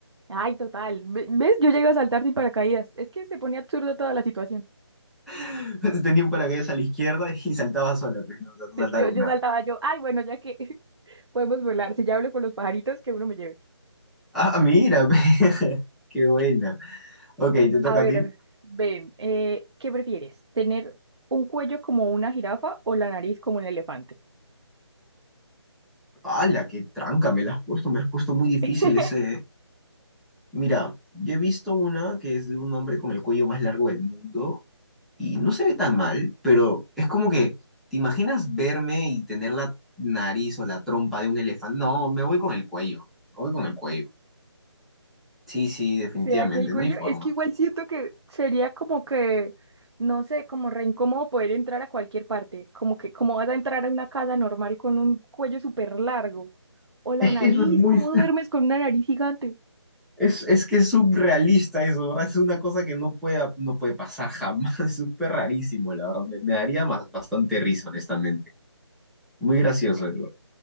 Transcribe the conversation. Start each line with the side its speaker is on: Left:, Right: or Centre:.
Right: ay, total, ve- ¿ves? Yo llego a saltar sin paracaídas, es que se pone absurdo toda la situación.
Centre: <laughs> Tenía un paracaídas a la izquierda <laughs> y saltaba sola, pues no, o sea, no
Right: Yo,
Centre: saltaba con
Right: yo
Centre: nadie.
Right: saltaba yo, ay, bueno, ya que <laughs> podemos volar, si ya hablo con los pajaritos, que uno me lleve.
Centre: Ah, mira, <laughs> pe, qué buena. Ok, te toca
Right: A ver,
Centre: a ti.
Right: ven, eh, ¿qué prefieres? ¿Tener un cuello como una jirafa o la nariz como un elefante?
Centre: ¡Hala, qué tranca! Me la has puesto, me has puesto muy difícil
Right: <laughs>
Centre: ese. eh. Mira, yo he visto una que es de un hombre con el cuello más largo del mundo y no se ve tan mal, pero es como que, ¿te imaginas verme y tener la nariz o la trompa de un elefante? No, me voy con el cuello, me voy con el cuello. Sí, sí, definitivamente,
Right: ¿Será que el cuello?
Centre: no hay forma.
Right: Es que igual siento que sería como que, no sé, como re incómodo poder entrar a cualquier parte. Como que, ¿cómo vas a entrar a una casa normal con un cuello súper largo? O la
Centre: Es
Right: nariz,
Centre: que eso es muy,
Right: ¿cómo duermes con una nariz gigante?
Centre: es, es que es surrealista eso, ¿verdad? Es una cosa que no puede, no puede pasar jamás, <laughs> es súper rarísimo, la verdad. Me, me daría más- bastante risa, honestamente. Muy gracioso eso.